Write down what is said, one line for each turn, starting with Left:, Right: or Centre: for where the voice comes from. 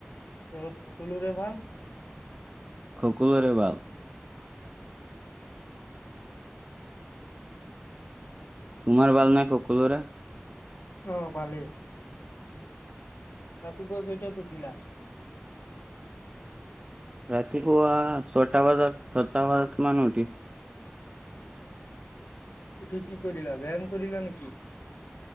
Left: চৰত সকলোৰে ভাল?
Right: সকোলোৰে ভাল। তোমাৰ ভাল নাই খকলোৰে?
Left: অ' ভালেই। ৰাতিপুৱা কেইটাত উঠিলা?
Right: ৰাতি পোৱা ছয়টা সাতটা বজাত সমান উঠি
Left: উঠি কি কৰিলা ব্যায়াম কৰিলা নেকি?